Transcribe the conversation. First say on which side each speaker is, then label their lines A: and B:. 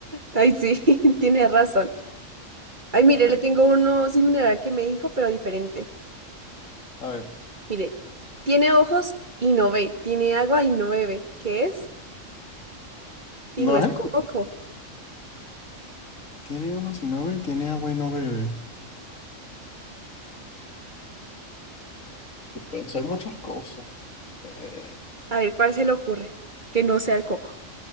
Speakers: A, on the right (about 40°); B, on the left (about 85°).
A: Ay, sí, <laughs> tiene razón. Ay, mire,
B: A ver,
A: le tengo uno similar al que me dijo, pero diferente.
B: a ver.
A: Mire, tiene ojos y no ve, tiene agua y no bebe. ¿Qué es? Y
B: No
A: no es
B: es el
A: el
B: coco.
A: coco.
B: Tiene ojos y no ve, tiene agua y no bebe. Pueden ser muchas cosas. Eh,
A: A ver, ¿cuál se le ocurre? Que no sea el coco.